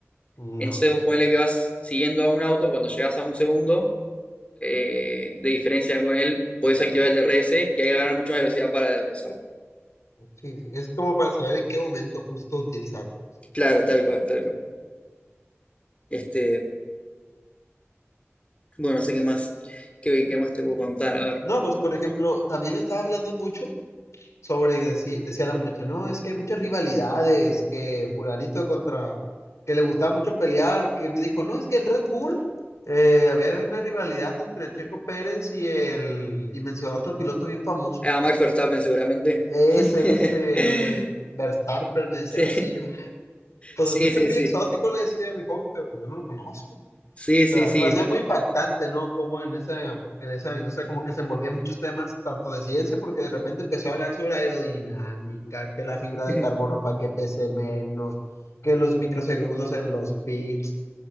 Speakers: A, on the left (about 85°); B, on the left (about 25°).
A: Mm,
B: Entonces
A: ok,
B: vos ponele que vas siguiendo a un auto, cuando llegás a un segundo eh, de diferencia con él, podés activar el DRS y ahí ganar mucha más velocidad para pasar.
A: sí, sí, es como para saber en qué momento justo utilizarlo, pues.
B: Claro, tal cual, tal cual. Este, bueno, no sé qué más, qué, qué más te puedo contar. A ver,
A: No, pues por ejemplo, también estaba hablando mucho sobre, deci- decía la muchacha, no, es que hay muchas rivalidades, que fulanito contra, que le gustaba mucho pelear, que me dijo, no, es que en Red Bull eh, había una rivalidad entre el Checo Pérez y el, y mencionó a otro piloto bien famoso.
B: a Max Verstappen seguramente.
A: Ese
B: <laughs>
A: es el, el Verstappen, me decía
B: Sí,
A: algo así, yo, "Ay, pues
B: sí,
A: se escucha
B: sí,
A: muy
B: sí.
A: exótico, le decía a mi joven, pero pues yo no lo conozco.
B: Sí,
A: O
B: sí,
A: sea,
B: sí.
A: se me hacía muy impactante, ¿no? Como en esa, en esa industria como que se envolvía en muchos temas, tanto de ciencia, porque de repente empezó a hablar sobre aerodinámica, que la fibra de
B: <laughs>
A: carbono para que pese menos, que los microsegundos en los pits,